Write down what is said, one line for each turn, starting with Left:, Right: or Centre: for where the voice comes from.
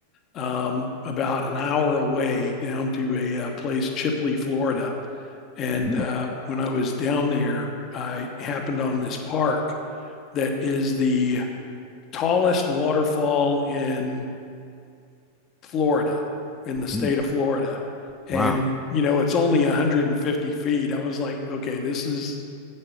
Left: um, about an hour away down to a, uh place, Chipley, Florida. And
Centre: Mm,
Left: uh, when I was down there, I happened on this park that is the tallest waterfall in Florida, in the state
Centre: mm.
Left: of Florida. And,
Centre: Wow.
Left: you know, it's only 150 feet. I was like, okay, this is,